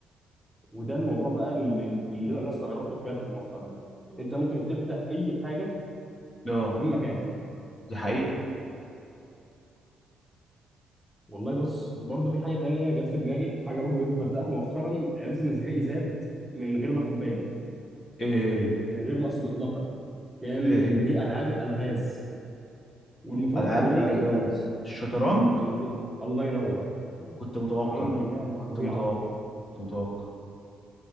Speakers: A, in the centre; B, on the left (about 40°).
A: وده الموضوع بقى اللي, اللي انا استغربته بجد مؤخرا ان انت ممكن تبدا اي حاجه
B: اه
A: من مكانك
B: دي حقيقة
A: والله بص وبرضو في حاجه تانية جت في دماغي حاجه برضو بقيت ببداها مؤخرا عرفت ان ذكائي زاد من غير ما اخد بالي
B: ايه
A: يعني
B: هي
A: من غير ما اقصد اطلاقا كان
B: ايه
A: اللي
B: هي
A: هي العاب الالغاز والمفضل
B: العاب
A: ليا
B: الالغاز
A: انا
B: الشطرنج
A: اللي... الله ينور
B: كنت متوقع
A: الشطرنج لعبه
B: كنت
A: فظيعه
B: متوقع كنت متوقع